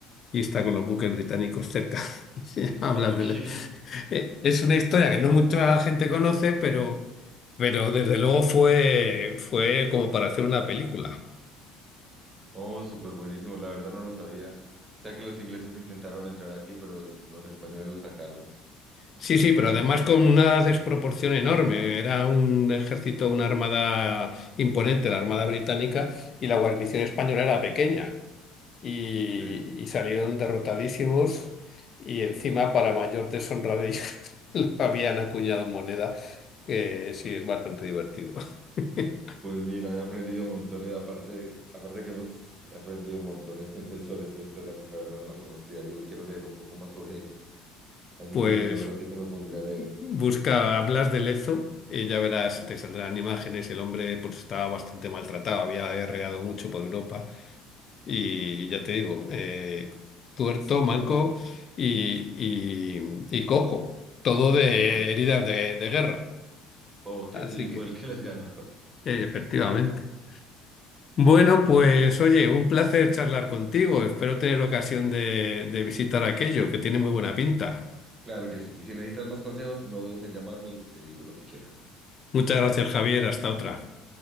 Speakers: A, on the left; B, on the right.
A: y está con los buques británicos cerca. <laughs> Y se llama
B: Ok.
A: Blas de Lezo. Eh, es una historia que no mucha gente conoce, pero, pero desde luego fue, fue como para hacer una película.
B: Oh, súper buenísimo. La verdad no lo sabía. O sea que los ingleses intentaron entrar aquí, pero los españoles lo sacaron. en
A: Sí,
B: Resumidas
A: sí, pero además
B: cuentas.
A: con una desproporción enorme. Era un ejército, una armada imponente, la Armada Británica, y la guarnición española era pequeña. y,
B: Sí.
A: y salieron derrotadísimos y encima para mayor deshonra de ellos <laughs> le habían acuñado moneda, que sí es bastante divertido. <laughs>
B: Pues mira, he aprendido montones, aparte, aparte que hemos he aprendido montones entonces sobre esta historia, porque la verdad no la conocía y quiero leer un poco más sobre ella. Así
A: Pues
B: que en un ratito me pondré a leer.
A: busca Blas de Lezo y ya verás,
B: Listo.
A: te saldrán imágenes, el hombre pues estaba bastante maltratado, había guerreado mucho por Europa y
B: Sí.
A: y ya te digo, eh, tuerto, manco y, y, y cojo, todo de
B: Cool.
A: heridas de, de guerra.
B: Ok,
A: Así
B: y fue
A: que,
B: el que les ganó. <laughs>
A: eh, efectivamente. Bueno,
B: Oh,
A: pues
B: no.
A: oye, un placer charlar contigo. Espero tener ocasión de, de visitar aquello, que tiene muy buena pinta.
B: claro que sí. Y si necesitas más consejos, no dudes en llamarme y te digo lo que quieras.
A: Muchas gracias, Javier. Hasta otra.